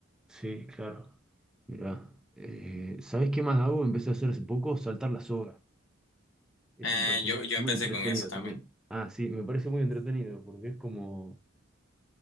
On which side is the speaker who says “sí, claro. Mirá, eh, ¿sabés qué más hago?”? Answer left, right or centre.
Centre